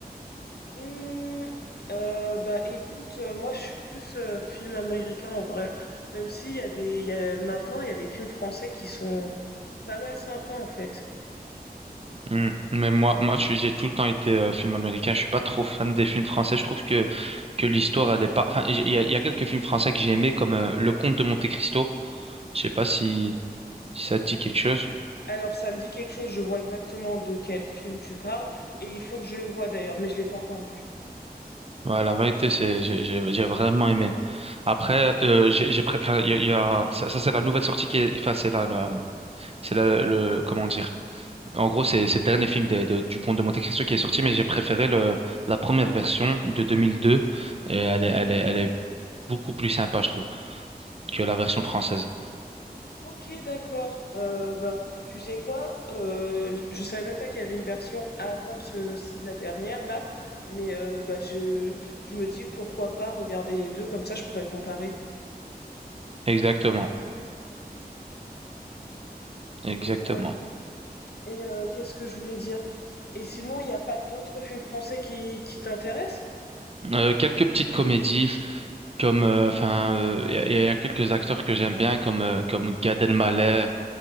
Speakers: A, on the left; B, on the right.
A: Mmh, euh, bah écoute, euh, moi je suis plus euh, film américain en vrai, même s'il y a des, il y a, maintenant il y a des films français qui sont pas mal sympas en fait.
B: Mm. Mais moi, moi, je suis- j'ai tout le temps été euh, film américain. Je suis pas trop fan des films français. Je trouve que que l'histoire, elle est pas. Enfin, il y a, il y a quelques films français que j'ai aimés, comme euh, Le Comte de Monte-Cristo. Je sais pas si si ça te dit quelque chose.
A: Alors ça me dit quelque chose, je vois exactement de quel film tu parles, et il faut que je le voie d'ailleurs, mais je l'ai pas encore vu.
B: Ouais, la vérité, c'est, j'ai, j'ai j'ai vraiment aimé. Après, euh, j'ai, j'ai pré- enfin, il y a, il y a- ça, ça, c'est la nouvelle sortie qui est, enfin, c'est là, la- c'est là, le, comment dire. En gros, c'est, c'est le dernier film des- de- du Comte de Monte-Cristo qui est sorti, mais j'ai préféré le, la première version de 2002. Et elle est, elle est, elle est beaucoup plus sympa, je trouve, que la version française.
A: Ok, d'accord. Euh, bah, tu sais quoi? Euh, je savais même pas qu'il y avait une version avant ce, la dernière là, mais euh, bah je je me dis pourquoi pas regarder les deux, comme ça je pourrais comparer.
B: Exactement, exactement.
A: Et euh, Et euh, qu'est-ce que je voulais dire? Et sinon, il n'y a pas d'autres films français qui, qui t'intéressent?
B: Euh, quelques petites comédies, comme, euh, enfin, euh, il y, a il y a quelques acteurs que j'aime bien, comme, euh, comme Gad Elmaleh,